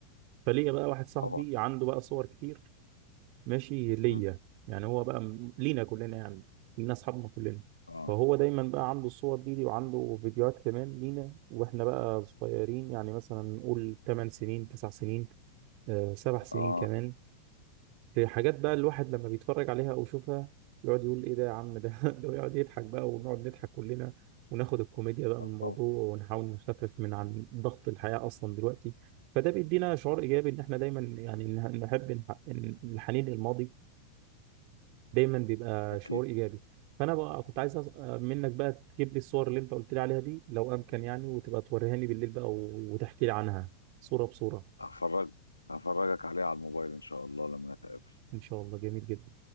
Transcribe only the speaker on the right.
فليا بقى واحد صاحبي
عنده بقى صور كتير ماشي ليا
يعني هو بقى م- لينا كلنا يعني لينا اصحابنا كلنا
فهو دايما بقى عنده الصور دي, دي وعنده فيديوهات كمان لينا واحنا بقى صغيرين يعني مثلا نقول 8 سنين 9 سنين آه، سبع سنين
كمان في حاجات بقى الواحد لما بيتفرج عليها او يشوفها يقعد يقول ايه ده يا عم ده <laughs> ده ويقعد يضحك بقى ونقعد نضحك كلنا وناخد الكوميديا بقى من
الموضوع
ونحاول نخفف من عن ضغط الحياة اصلا دلوقتي فده بيدينا شعور ايجابي ان احنا دايما يعني نه- نحب نح- إن الحنين للماضي دايما بيبقى
شعور ايجابي فانا بقى كنت عايز أس- منك بقى تجيب لي الصور اللي انت قلت لي عليها دي لو امكن يعني وتبقى توريهاني بالليل بقى و- وتحكي لي عنها صورة بصورة
ان شاء الله جميل جدا